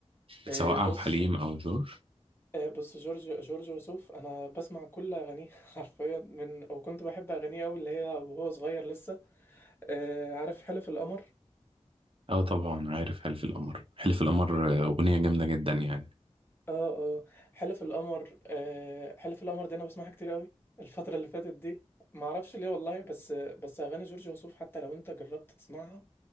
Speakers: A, on the left; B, on the right.
A: آه،
B: سواء
A: بص
B: عبد الحليم أو جورج
A: آه، بص جورج جورج وسوف انا بسمع كل اغانيه <laughs> حرفيا من وكنت بحب اغانيه قوي اللي هي وهو صغير لسه آه، عارف حلف القمر
B: أه طبعا عارف حلف القمر حلف القمر أغنية جامدة جدا يعني
A: اه اه حلف القمر آه حلف القمر دي انا بسمعها كتير قوي الفترة اللي فاتت دي ما اعرفش ليه والله بس بس اغاني جورج وسوف حتى لو انت جربت تسمعها